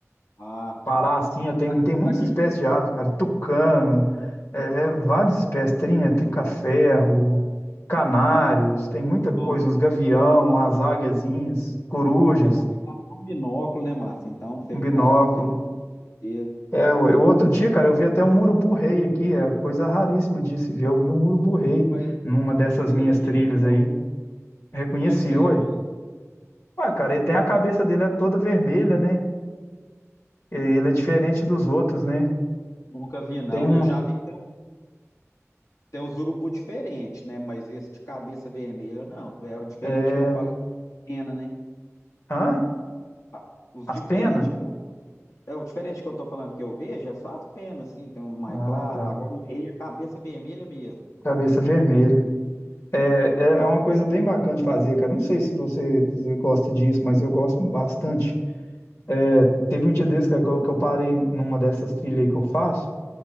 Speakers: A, on the left (about 85°); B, on the left (about 55°).
A: Ah,
B: pará
A: tá.
B: assim, eu tenho,
A: Sabe
B: tem
A: sabe
B: muitas espécies
A: o que
B: de aves, cara. Tucano, é, é, várias espécies. Trinha, trinca-ferro, canários,
A: sabe
B: tem
A: o que
B: muita
A: que é
B: coisa.
A: bom então
B: Uns gavião,
A: pra você? né?
B: as águiazinhas, corujas,
A: É bom levar até um binóculo, né, Márcio? Então, pra você
B: um
A: ficar
B: binóculo.
A: observando.
B: É, eu, eu- outro dia, cara, eu vi até um urubu-rei aqui, é coisa raríssima de se ver. Eu vi um urubu-rei
A: Mas
B: numa dessas
A: você
B: minhas
A: reconheceu?
B: trilhas aí. Reconheci,
A: Como é que você
B: oi.
A: reconheceu?
B: Ah, cara, ele tem a cabeça dele é toda vermelha, né? Ele é diferente dos outros, né?
A: Nunca vi, não.
B: Tem uma.
A: Eu já vi que tem, um- tem uns urubu diferentes, né? Mas esse de cabeça vermelha, não. É o diferente
B: É...
A: que eu falo, é pena, né?
B: Hã?
A: Ah, Os
B: As
A: diferentes
B: penas?
A: que eu. É o diferente que eu tô falando que eu vejo, é só as penas, assim, tem uns mais
B: Ah,
A: claros.
B: tá.
A: Agora o rei é cabeça vermelha mesmo.
B: Cabeça vermelha. É, é é uma coisa bem bacana de fazer, cara. Não sei se você, se você gosta disso, mas eu gosto bastante. É, teve um dia desse, cara, que eu, que eu parei numa dessas trilhas aí que eu faço.